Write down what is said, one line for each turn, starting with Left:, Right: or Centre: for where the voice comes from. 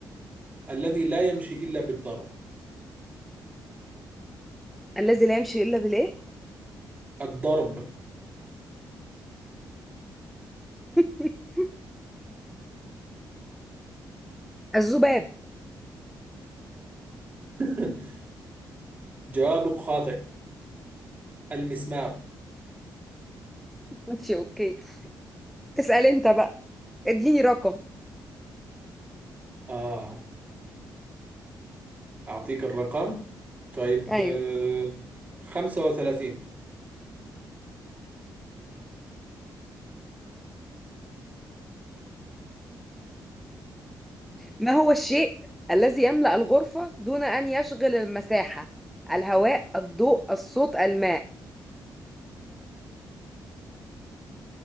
Right: الذي لا يمشي الا بالضرب
Centre: الذي لا يمشي إلا بالإيه
Right: الضرب
Centre: <laughs> الذباب
Right: <laughs> جوابك خاطئ المسمار
Centre: ماشي اوكي اسأل انت بقى اديني رقم
Right: آه أعطيك الرقم طيب
Centre: ايوه
Right: آه، 35
Centre: ما هو الشيء الذي يملأ الغرفة دون أن يشغل المساحة الهواء الضوء الصوت الماء